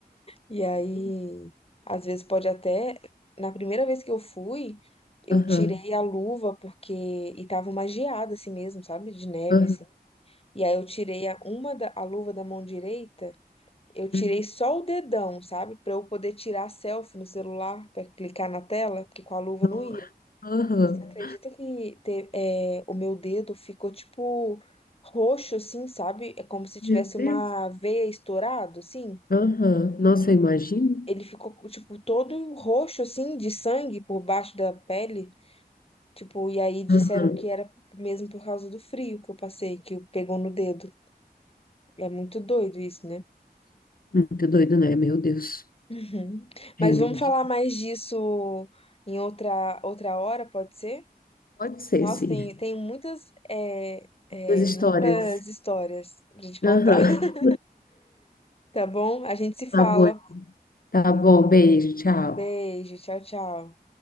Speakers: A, on the left (about 35°); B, on the left (about 60°).
A: E aí,
B: Imagina.
A: às vezes pode até. Na primeira vez que eu fui, eu
B: Aham.
A: tirei a luva porque. E tava uma geada assim mesmo, sabe? De neve,
B: Aham.
A: assim. E aí eu tirei a, uma da, a luva da mão direita, eu tirei
B: Uhum.
A: só o dedão, sabe? Pra eu poder tirar selfie no celular, pra clicar na tela, porque com a luva
B: No-
A: não ia.
B: Aham.
A: Você acredita que te, é, o meu dedo ficou tipo roxo, assim, sabe? É como se tivesse
B: Meu Deus.
A: uma veia estourado, assim
B: Aham. Nossa, eu imagino.
A: ele ficou, tipo, todo roxo, assim, de sangue por baixo da pele. Tipo, e aí disseram
B: Aham.
A: que era mesmo por causa do frio que eu passei, que pegou no dedo. É muito doido isso, né?
B: Muito doido, né? Meu Deus.
A: Uhum.
B: Eu
A: Mas
B: imagino.
A: vamos falar mais disso em outra, outra hora, pode ser?
B: Pode ser,
A: Nossa,
B: sim.
A: tem, tem muitas, é, é,
B: Das histórias.
A: muitas histórias pra te contar,
B: Aham.
A: <laughs> tá bom? A gente se
B: Tá
A: fala.
B: bom. Tá bom. Beijo. Tchau.
A: Beijo, tchau, tchau.